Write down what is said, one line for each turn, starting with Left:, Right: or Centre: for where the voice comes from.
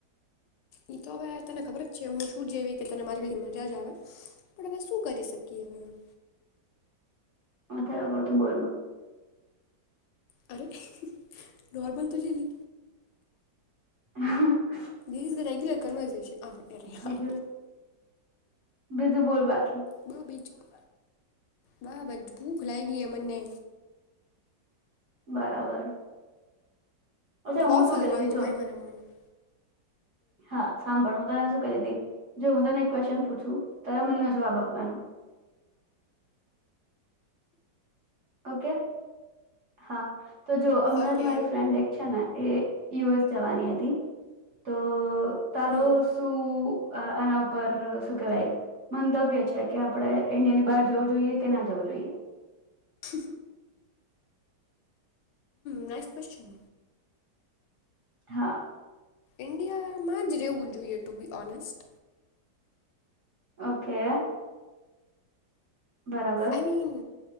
Left: ઈ તો હવે તને ખબર જ છે હું જેવી રીતે તને મારી ભેગા મજા જ આવે પણ અવે શું કરી શક્યુ એને
Right: અત્યારે બધુ બંધ
Left: અરે. નોર્મલ તો છેને
Right: હાહ
Left: there is the regular conversation ah અરે યાર
Right: બીજું બીજું, બોલ બાકી
Left: બ બીજું. વાહબજ હુ ભુલાઈ ગઇ અને
Right: બરાબર. અચ્છા
Left: વોફેલ
Right: હું શું કતી
Left: હા
Right: હતી
Left: એ <inaudible>
Right: જો હા સાંભળ. શુ કહતી દી જો હું તને ક્વેશન પૂછું ત્યારે મનેનો જવાબ આપવાનો. ઓકે. હા. તો જો હમણાં
Left: ઓકે
Right: જ મારી ફ્રેન્ડ એક છે. એ યુ એસ જવાની હતી તો. તારો
Left: હમ
Right: સું આના ઉપર શું કેવાય મંતવ્ય છે કે આપણે ઇન્ડિયાની બહાર જવું જોઈએ કે ના જવું જોઈએ
Left: હ નાઇસ ક્વેશચન
Right: હા.
Left: ઇન્ડિયામાં જ રહેવું જોઈએ ટુ બી ઓનેસ્ટ
Right: ઓકે. બરાબર
Left: આઈ મીન